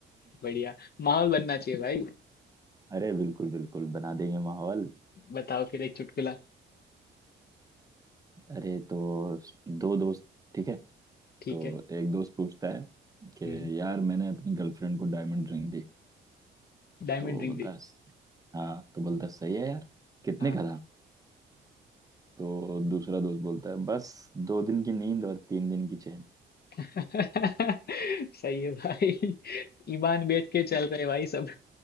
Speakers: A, on the left; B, on the right.
A: बढ़िया माहौल बनना चाहिए भाई
B: अरे बिल्कुल बिल्कुल बना देंगे माहौल
A: बताओ फिर एक चुटकुला
B: अरे तो दो दोस्त ठीक है
A: ठीक
B: तो
A: है
B: एक दोस्त पूछता है कि
A: हम्म
B: यार मैंने अपनी गर्लफ्रेंड को डायमंड रिंग दी
A: डायमंड
B: तो
A: रिंग
B: बोलता
A: दी
B: है हाँ तो बोलता है, सही है यार कितने
A: हाँ
B: का था तो दूसरा दोस्त बोलता है बस दो दिन की नींद और तीन दिन की चैन
A: <laughs> सही है भाई ईमान बेच के चल रहे भाई सब